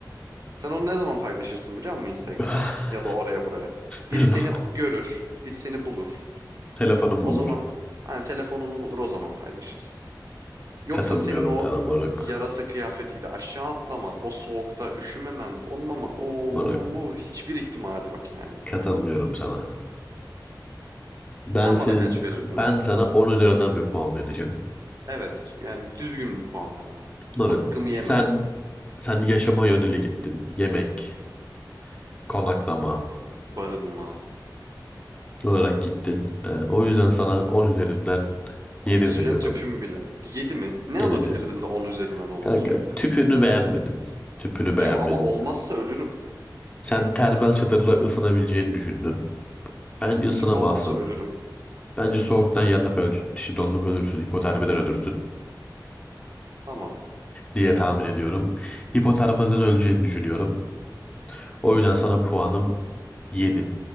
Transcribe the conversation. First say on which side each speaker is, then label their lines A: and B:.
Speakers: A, on the right (about 50°); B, on the left (about 15°).
A: Sen onu ne zaman paylaşırsın biliyor musun Instagram'a?
B: <laughs>
A: Ya da oraya buraya. Biri
B: Telef-
A: seni görür, biri seni bulur.
B: Telefonum
A: O
B: bulur.
A: zaman hani telefonunu bulur o zaman paylaşırsın. Yoksa
B: Katılmıyorum
A: senin o
B: sana moruk.
A: yarası kıyafetiyle aşağı atlaman, o soğukta üşümemen, donmaman, o
B: Moruk.
A: hiçbir ihtimali yok yani.
B: Katılmıyorum sana. Ben
A: Sen
B: senin
A: bana kaç verirdin?
B: ben sana 10 üzerinden bir puan vereceğim.
A: Evet, yani düzgün bir puan ver ama.
B: Moruk.
A: Hakkımı yeme.
B: Sen sen yaşama yöneli gittin. Yemek, konaklama
A: Barınma,
B: olarak gittin. Ee, o yüzden sana 10 üzerinden 7
A: oksijen
B: veriyorum.
A: tüpüm bile. 7 mi? Ne
B: yedi
A: alabilirdim
B: veriyorum.
A: de 10 üzerinden 10
B: Kanka
A: olacaktı?
B: tüpünü beğenmedim. Tüpünü beğenmedim.
A: Tüp ama olmazsa ölürüm.
B: Sen termal çadırla ısınabileceğini düşündün. Bence ısınamazsın.
A: Tüp olmasa ölürüm.
B: Bence soğuktan yanıp öl işte donup ölürsün, hipotermiden ölürsün
A: Tamam.
B: diye tahmin ediyorum. Hipotermiden öleceğini düşünüyorum. O yüzden sana puanım 7.